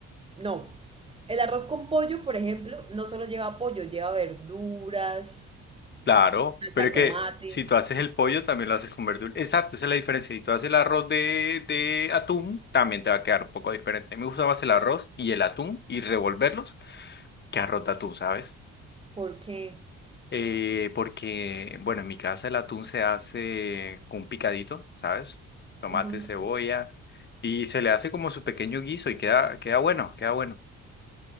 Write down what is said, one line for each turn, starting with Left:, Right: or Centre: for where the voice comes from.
Right: no. El arroz con pollo, por ejemplo, no solo lleva pollo, lleva verduras,
Left: Claro.
Right: salsa
Left: Pero es
Right: de
Left: que
Right: tomate,
Left: si tú haces el pollo, también lo haces con verdura. Exacto, esa es la diferencia. Si tú haces el arroz de, de atún, también te va a quedar un poco diferente. A mí me gusta más el arroz y el atún y revolverlos que arroz de atún, ¿sabes?
Right: porque,
Left: Eh, porque, bueno, en mi casa el atún se hace con un picadito, ¿sabes? Tomate,
Right: qué? Ujú.
Left: cebolla, y se le hace como su pequeño guiso y queda, queda bueno, queda bueno.